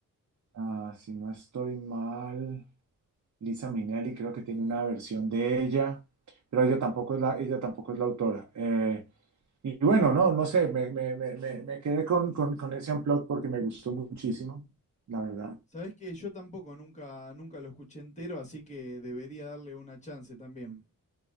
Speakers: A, on the right; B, on the left.
A: ah, si no estoy mal, Lisa Minelli, creo que tiene una versión de ella, pero ella tampoco es la, ella tampoco es la autora. Eh, y bueno, no, no sé, me, me, me, me, me quedé con, con, con ese unplugged porque me gustó muchísimo, la verdad.
B: Sabés que yo tampoco nunca, nunca lo escuché entero, así que debería darle una chance también.